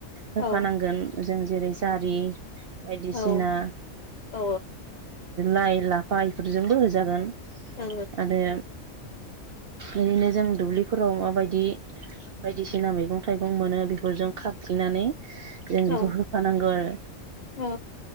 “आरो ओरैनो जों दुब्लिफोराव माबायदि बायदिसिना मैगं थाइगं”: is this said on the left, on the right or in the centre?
Right